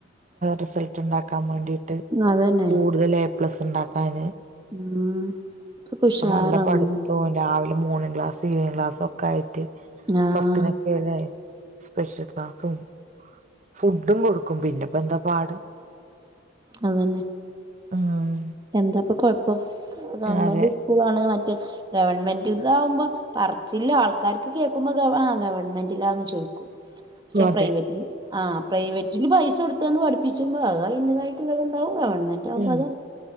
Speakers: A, on the right; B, on the right.
A: റിസൽട്ട് ഉണ്ടാക്കാൻ വേണ്ടിട്ട്
B: അതന്നെ
A: കൂടുതൽ പ്ലസ്സ് ണ്ടാക്കാൻ
B: ഉം ഇപ്പൊക്കെ ഉഷാറാണല്ലോ
A: പ്പ നല്ല പഠിത്തോ രാവിലെ മോർണിംഗ് ക്ലാസ് ഈവനിംഗ് ക്ലാസ്സും ഒക്കെ ആയിട്ട്
B: ആഹ്
A: പറത്തിനൊക്കെല്ല സ്പെഷ്യൽ ക്ലാസ്സും ഫുഡും കൊടുക്കും പിന്നെപ്പോ എന്താ പാട്
B: അതന്നെ
A: ഉം
B: എന്താപ്പൊ കൊഴപ്പം ഗവൺമെന്റ്
A: അതെ
B: സ്കൂളാണെ മറ്റെ ഗവൺമെന്റ് ഇതാവുമ്പോ പറച്ചില്ല ആൾക്കാർക്ക് കേൾക്കുമ്പോ ആഹ് ഗവൺമെന്റിലാന്ന് ചോയ്ക്കും പക്ഷെ
A: അതെ
B: പ്രൈവറ്റില് ആഹ് പ്രൈവറ്റിന് പൈസ കൊടുത്തണ്ട് പഠിപ്പിച്ച്മ്പൊ അത അയ്ന്റതായിട്ടുള്ളത്ണ്ടാവും ഗവൺമെന്റ് ആാവുമ്പോ
A: ഉം
B: അത